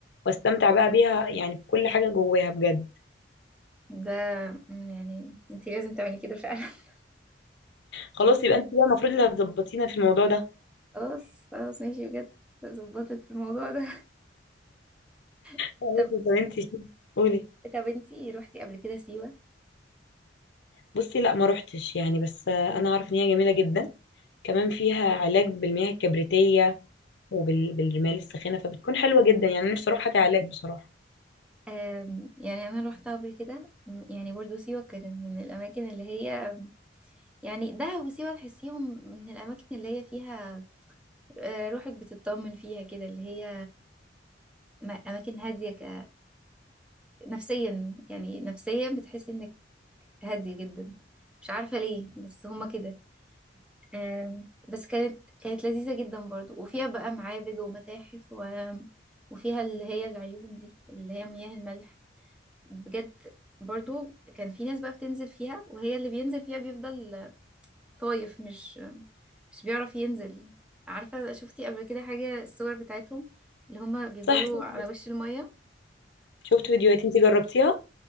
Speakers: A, on the left; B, in the centre.
A: واستمتع بقى بيها يعني بكل حاجة جواها بجد
B: ده مم، يعني انتي لازم تعملي كده فعلا <laughs>
A: خلاص يبقى أنت بقى المفروض اللي هتظبطينا في الموضوع ده
B: خلاص خلاص ماشي بجد ظبطك في الموضوع ده <laughs>
A: طب
B: طب
A: أنت شو- قولي
B: طب انتي روحتي قبل كده سيوة
A: بصي لا ما روحتش يعني بس آه، أنا عارف إن هي جميلة جدا كمان فيها علاج بالمياه الكبريتية وبالرمال الساخنة فبتكون حلوة جدا يعني نفسي اروح علاج بصراحة
B: أم، يعني أنا روحتها قبل كده م- يعني برضو سيوة كانت من الأماكن اللي هي يعني دهب وسيوة تحسيهم من الأماكن اللي هي فيها آه، روحك بتطمن فيها كده اللي هي م- أماكن هادية ك... نفسيا يعني نفسيا بتحسي إنك هادية جدا مش عارفة ليه بس هما كده أم، بس كانت كانت لذيذة جدا برضو وفيها بقى معابد ومتاحف و... وفيها اللي هي العيون دي اللي هي مياه الملح بجد برضو كان في ناس بقى بتنزل فيها وهي اللي بينزل فيها بيفضل طايف مش مش بيعرف ينزل عارفة شفتي قبل كده حاجة الصور بتاعتهم اللي هما بيفضلوا
A: صح شفت
B: على وش المية
A: شفت فيديوهات انت جربتيها